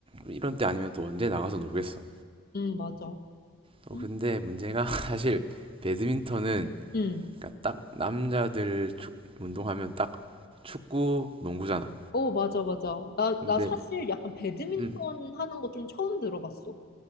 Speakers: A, on the right; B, on the left.
A: 이런 때 아니면 또 언제 나가서 놀겠어.
B: 응, 맞아.
A: 또
B: 응?
A: 근데 문제가 <laughs> 사실 배드민턴은
B: 응.
A: 그러니까 딱 남자들 축- 운동하면 딱 축구, 농구잖아.
B: 어, 맞아, 맞아. 나,
A: 근데
B: 나 사실 약간 배드민턴
A: 음
B: 하는 거 좀 처음 들어봤어.